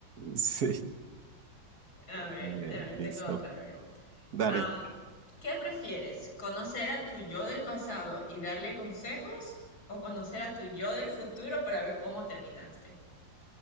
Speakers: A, on the right; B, on the left.
A: Sí.
B: A
A: Está
B: ver,
A: bien,
B: a ver,
A: listo.
B: tengo otra, a ver.
A: Dale.
B: Am, ¿qué prefieres? ¿Conocer a tu yo del pasado y darle consejos o conocer a tu yo del futuro para ver cómo terminaste?